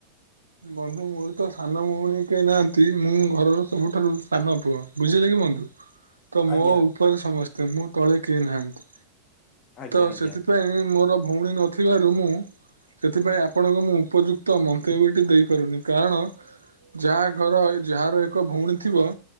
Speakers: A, on the right; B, on the left.
A: ବନ୍ଧୁ ମୋର ତ ସାନ ଭଉଣୀ କେହି ନାହାନ୍ତି ମୁଁ ଘରର ସବୁଠାରୁ ସାନ ପୁଅ ବୁଝିଲେ କି ବୁନ୍ଧୁ। ତ ମୋ
B: ଆଜ୍ଞା
A: ଉପରେ ସମସ୍ତେ ମୁଁ ତଳେ କେହି ନାହାନ୍ତି।
B: ଆଜ୍ଞା
A: ତ
B: ଆଜ୍ଞା
A: ସେଥିପାଇଁ ମୋର ଭଉଣୀ ନ ଥିବାରୁ ମୁଁ ସେଥିପାଇଁ ଆପଣଙ୍କୁ ମୁଁ ଉପଯୁକ୍ତ ମନ୍ତବ୍ୟ ଦେଇ ପାରୁନି କାରଣ ଯାହା ଘର ଯାହାର ଏକ ଭଉଣୀ ଥିବ